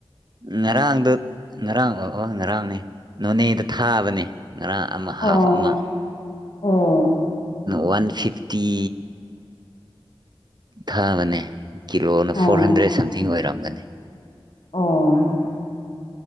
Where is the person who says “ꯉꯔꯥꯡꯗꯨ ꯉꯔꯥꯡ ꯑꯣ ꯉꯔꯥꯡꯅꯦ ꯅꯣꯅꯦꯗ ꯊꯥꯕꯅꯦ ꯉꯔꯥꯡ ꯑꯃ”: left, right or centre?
Right